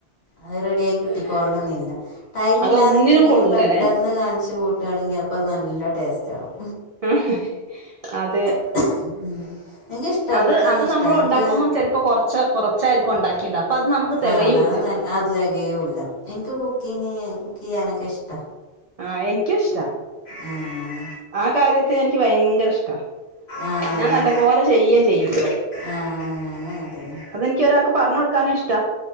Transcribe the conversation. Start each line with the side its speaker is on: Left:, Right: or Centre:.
Left: അതു റെഡിയായി കിട്ടിക്കോളണമെന്നില്ല ടൈമില്ലാതെ
Right: അതൊന്നിനും
Left: എന്തെങ്കിലും
Right: കൊള്ളൂലല്ലേ
Left: പെട്ടെന്ന് ന്ന് കാണിച്ചുകൂട്ടുകാണെങ്കി അപ്പൊ അത് നല്ല ടേസ്റ്റാകും
Right: ഉഹും അതെ
Left: <inaudible>
Right: അത്
Left: കുക്കിംഗ്
Right: അത്
Left: ഇഷ്ടാ
Right: നമ്മള്
Left: എനിക്ക്
Right: ഉണ്ടാക്കുമ്പോ ചിലപ്പോ കൊറച്ച് കൊറച്ചായിരിക്കും ഉണ്ടാക്കിണ്ട അപ്പൊ അത് നമ്മക്ക് തികയൂല്ല
Left: ആഹ് അതാ അത് അത് തെകയ്യൂല്ല എനിക്ക് കുക്കിങ് കുക്ക്ചെയ്യാനൊക്കെ ഇഷ്ടാ
Right: ആ എനിക്കിഷ്ടാ
Left: ഉം
Right: ആ കാര്യത്തി എനിക്ക് ഭയങ്കരിഷ്ടാ
Left: ആഹ്
Right: ഞാൻ നല്ലപോല ചെയ്യേം ചെയ്യൂട്ടോ
Left: ആഹ് ഞാനും അങ്ങനെ തന്നെ
Right: അതെനിക്ക് ഒരാക്ക് പറഞ്ഞു കൊടുക്കാനും ഇഷ്ടാ